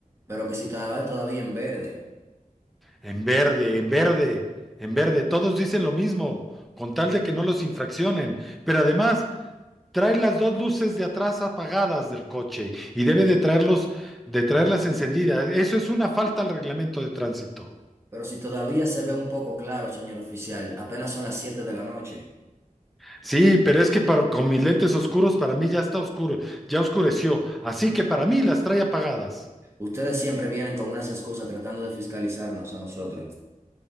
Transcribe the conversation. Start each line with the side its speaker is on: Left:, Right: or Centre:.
Right: Pero que si estaba todavía en verde,
Centre: En verde, en verde, en verde, todos dicen lo mismo, con tal de que no los infraccionen. Pero además, trae las dos luces de atrás apagadas del coche y debe de traerlos, de traerlas encendidas. Eso es una falta al reglamento de tránsito.
Right: pero si todavía se ve un poco claro, señor oficial, apenas son las siete de la noche.
Centre: Sí, pero es que para- con mis lentes oscuros para mí ya está oscuro, ya oscureció, así que para mí las trae apagadas.
Right: Ustedes siempre vienen con unas excusas tratando de fiscalizarnos a nosotros.